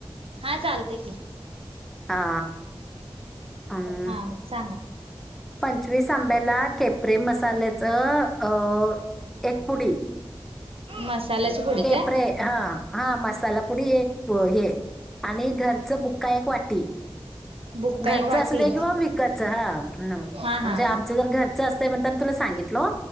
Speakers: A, on the right (about 75°); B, in the centre.
A: हा चालतंय
B: हा अं,
A: हा सांगा.
B: पंचवीस आंब्याला केपरे मसाल्याचं अ एक पुडी
A: मसाल्याची
B: केपरे
A: काय
B: हा हा, मसालापुडी एक हे, आणि घरच बु काय एक वाटी.
A: बुक्का
B: घरच
A: एक वाटी
B: असू दे किंवा विकतच, हा म्हणजे
A: हा हा
B: आमचं जर घर असतय म्हणतान तुला सांगितलो,